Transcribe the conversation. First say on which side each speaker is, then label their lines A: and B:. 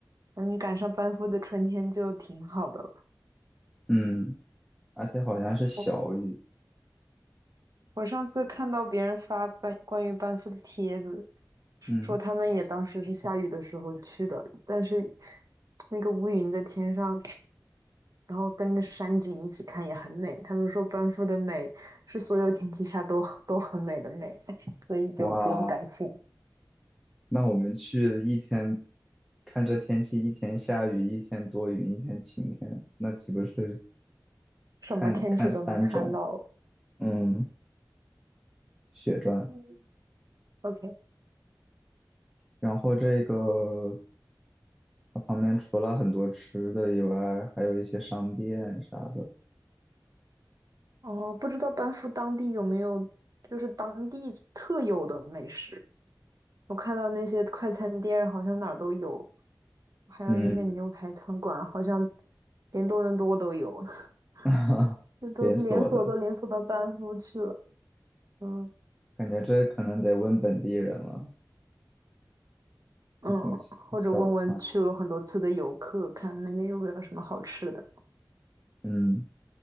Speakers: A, on the right; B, in the centre.
A: 嗯，赶上班夫的春天就挺好的了
B: 嗯，而且好像是小雨，
A: 我我上次看到别人发班关于班夫的帖子，说他们也当时是下雨的时候去的，
B: 嗯，
A: 但是那个乌云在天上，然后跟着山景一起看也很美。他们说班夫的美是所有天气下都都很美的美，所以就不用担心。
B: 哇。那我们去一天，看这天气，一天下雨，一天多云，一天晴天，那岂不是
A: 什么天气都能看到。
B: 看看三种，嗯，血赚？
A: 嗯，OK，
B: 然后这个它旁边除了很多吃的以外，还有一些商店啥的，
A: 哦，不知道班夫当地有没有就是当地特有的美食？我看到那些快餐店儿好像哪儿都有，还有那些牛排餐馆，
B: 嗯，
A: 好像连多伦多都有，
B: <laughs>
A: <laughs> 那都连锁都连锁到班夫去了。
B: 连锁的，
A: 嗯
B: 感觉这可能得问本地人了，
A: 嗯，
B: 那种小餐，
A: 或者问问去了很多次的游客，看那边有没有什么好吃的。
B: 嗯，